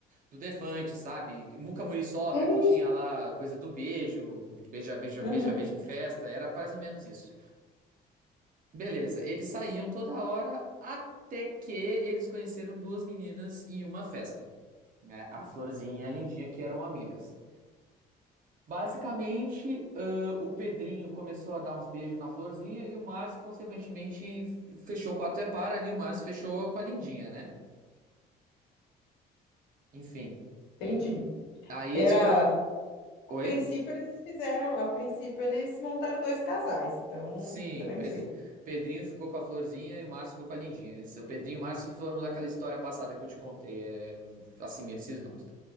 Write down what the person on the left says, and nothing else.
É
isso.
Uhum,
entendi.
Era,
a
princípio eles fizeram, a princípio eles montaram dois casais, então,
tranquilo.